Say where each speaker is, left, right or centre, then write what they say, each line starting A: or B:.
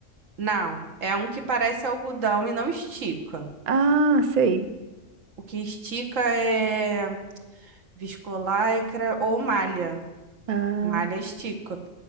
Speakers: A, on the right (about 70°); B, on the right (about 45°).
A: Não, é um que parece algodão e não estica.
B: Ah, sei.
A: O que estica é viscolaicra ou malha.
B: Ah,
A: Malha estica.